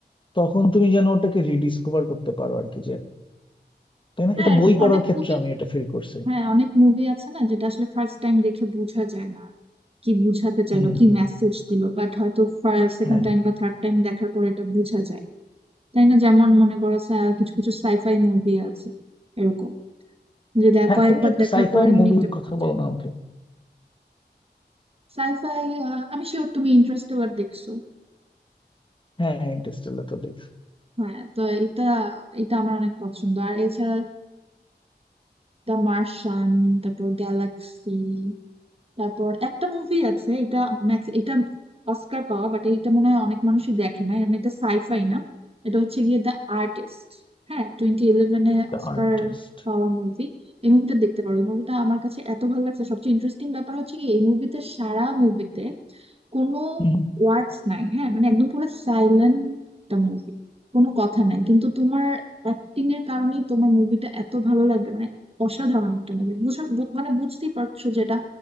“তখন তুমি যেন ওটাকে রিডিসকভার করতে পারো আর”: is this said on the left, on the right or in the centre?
Left